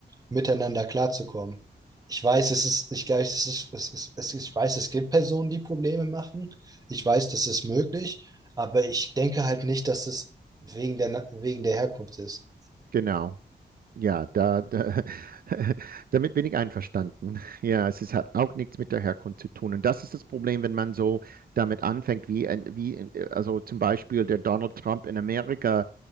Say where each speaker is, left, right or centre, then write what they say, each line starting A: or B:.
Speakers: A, on the right; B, on the right.
A: miteinander klarzukommen. Ich weiß, es ist, ich glaube, es ist, es ist, es ist, ich weiß, es gibt Personen, die Probleme machen. Ich weiß, das ist möglich, aber ich denke halt nicht, dass es wegen der, Na- wegen der Herkunft ist.
B: Genau. Ja, da, da, <laughs> damit bin ich einverstanden. Ja, es ist, hat auch nichts mit der Herkunft zu tun. Und das ist das Problem, wenn man so damit anfängt, wie, ein- wie ein- äh, also zum Beispiel der Donald Trump in Amerika